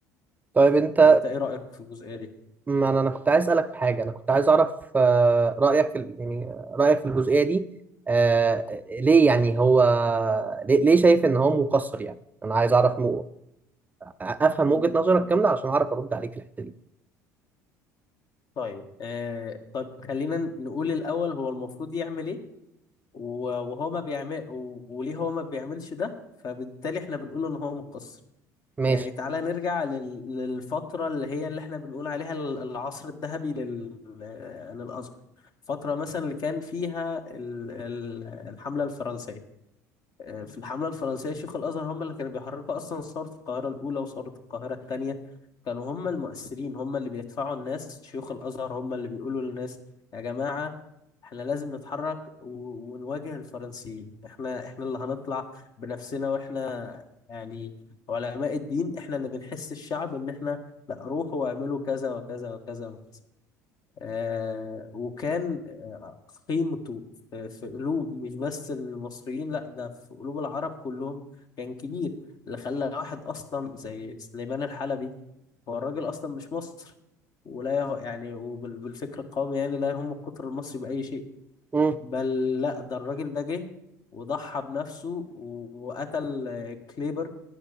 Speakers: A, on the right (about 20°); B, on the left (about 45°).
A: طيب انت
B: أنت إيه رأيك في الجزئية دي؟
A: ما انا أنا كنت عايز اسالك في حاجه انا كنت عايز اعرف آه، رايك في ال- يعني رايك في الجزئيه دي آه، ليه يعني هو ليه ليه شايف ان هو مقصر يعني انا عايز اعرف افهم وجهة نظرك كاملة عشان اعرف ارد عليك في الحتة دي
B: طيب آه طب خلينا نقول الأول هو المفروض يعمل إيه و- وهو ما بيعمل و- وليه هو ما بيعملش ده فبالتالي احنا بنقول ان هو مقصر
A: ماشي
B: يعني تعالى نرجع لل... للفترة اللي هي اللي احنا بنقول عليها ال- العصر الذهبي لل... للأزهر فترة مثلا اللي كان فيها ال... ال- الحملة الفرنسية آه، في الحملة الفرنسية شيوخ الأزهر هم اللي كانوا بيحركوا أصلا ثورة القاهرة الأولى وثورة القاهرة الثانية كانوا هم المؤثرين هم اللي بيدفعوا الناس شيوخ الأزهر هم اللي بيقولوا للناس يا جماعة احنا لازم نتحرك و- ونواجه الفرنسيين احنا احنا اللي هنطلع بنفسنا واحنا يعني علماء الدين احنا اللي بنحس الشعب ان احنا لا روحوا واعملوا كذا وكذا وكذا وكذا آه وكان قيمته في في قلوب مش بس المصريين لا ده في قلوب العرب كلهم كان كبير اللي خلى واحد اصلا زي سليمان الحلبي هو الراجل اصلا مش مصري ولا يه- يعني وبالفكر القومي يعني لا يهم القطر المصري بأي شيء
A: امم
B: بل لا ده الراجل ده جه وضحى بنفسه و- وقتل آه، كليبر